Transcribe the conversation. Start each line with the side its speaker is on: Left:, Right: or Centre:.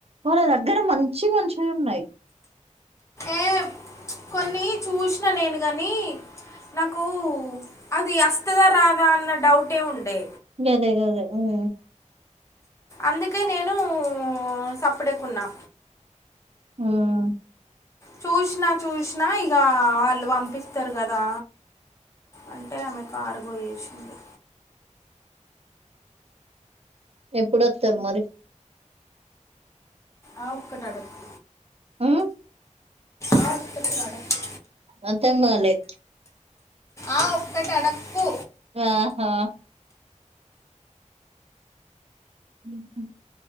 Right: వాళ్ళ దగ్గర మంచిమంచివి ఉన్నాయి
Left: ఏ కొన్ని చూసిన నేను గానీ నాకు అది అస్తదా రాదా అన్న డౌటే ఉండే
Right: గదే గదే ఉమ్
Left: అందుకే నేను సప్పుడేకున్నా
Right: ఉమ్
Left: చూసినా చూసినా ఇగ వాళ్ళు పంపిస్తరు గదా అంటే ఆమె కార్గో చేసింది
Right: ఎప్పుడొత్తరు మరి
Left: ఆ ఒక్కటడక్కు
Right: ఉ
Left: ఆ ఒక్కటి అడక్కు
Right: అంతం గాలే
Left: ఆ ఒక్కటి అడక్కు
Right: ఆహా ఉహు